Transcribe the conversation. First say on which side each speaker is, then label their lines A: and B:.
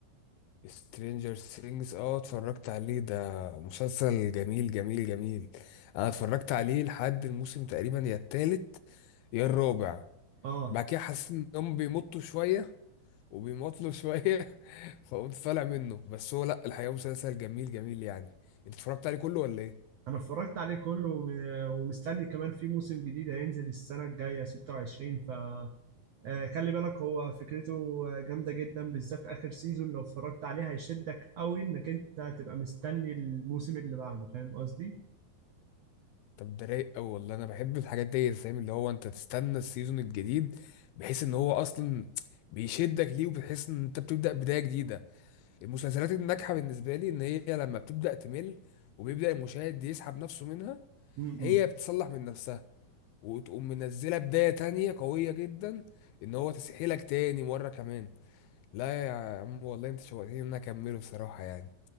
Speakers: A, on the left (about 80°); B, on the right (about 75°).
A: سترينجر سينجز اه اتفرجت عليه ده مسلسل جميل جميل جميل انا اتفرجت عليه لحد الموسم تقريبا يا التالت يا الرابع
B: اه
A: بعد كده حسيت انهم بيمطوا شويه وبيمطله شوية <laughs> فقمت طالع منه بس هو لأ الحقيقة مسلسل جميل جميل يعني انت اتفرجت عليه كله ولا ايه؟
B: انا اتفرجت عليه كله وم- ومستني كمان في موسم جديد هينزل السنه الجايه 26 ف آه، خلي بالك هو فكرته آه، جامده جدا بالذات اخر سيزون لو اتفرجت عليه هيشدك قوي انك انت هتبقى مستني الموسم اللي بعده فاهم قصدي
A: طب ده رايق أوي والله أنا بحب الحاجات دي فاهم اللي هو انت تستنى السيزون الجديد بحيث ان هو أصلا بيشدك ليه وبتحس ان انت بتبدأ بداية جديدة المسلسلات الناجحة بالنسبة لي ان هي لما بتبدأ تمل وبيبدأ المشاهد يسحب نفسه منها
B: م-
A: هي
B: م.
A: بتصلح من نفسها وتقوم منزلة بداية تانية قوية جدا ان هو تسحيلك تاني مرة كمان لا يا عم والله انت شوقتني ان انا اكمله بصراحه يعني